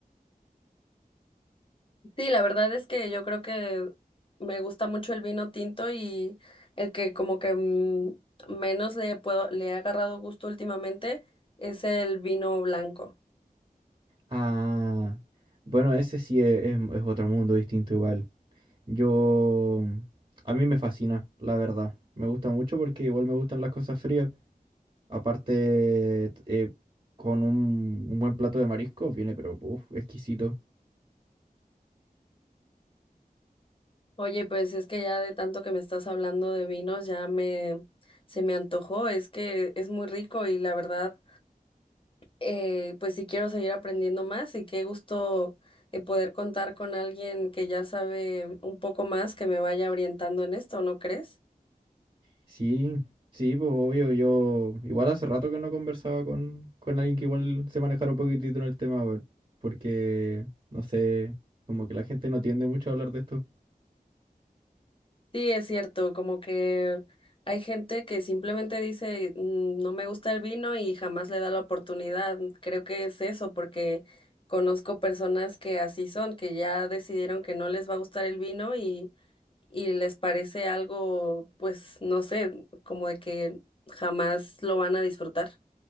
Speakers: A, on the left; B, on the right.
A: Sí, la verdad es que yo creo que me gusta mucho el vino tinto y el que como que mm, menos le puedo, le he agarrado gusto últimamente es el vino blanco.
B: Ah, bueno, ese sí es, es- es otro mundo distinto igual. Yo, a mí me fascina, la verdad. Me gusta mucho porque igual me gustan las cosas frías. Aparte, t- eh, con un, un buen plato de mariscos viene, pero, uf, exquisito.
A: Oye, pues es que ya de tanto que me estás hablando de vinos ya me se me antojó, es que es muy rico y la verdad eh, pues sí quiero seguir aprendiendo más y qué gusto eh, poder contar con alguien que ya sabe un poco más que me vaya orientando en esto, ¿no crees?
B: Sí, sí, pues obvio, yo igual hace rato que no conversaba con, con alguien que igual se manejara un poquitito en el tema, weón, porque, no sé, como que la gente no tiende mucho a hablar de esto.
A: Sí, es cierto, como que hay gente que simplemente dice, "Mm, no me gusta el vino y jamás le da la oportunidad. Creo que es eso, porque conozco personas que así son, que ya decidieron que no les va a gustar el vino y, y les parece algo, pues, no sé, como de que jamás lo van a disfrutar.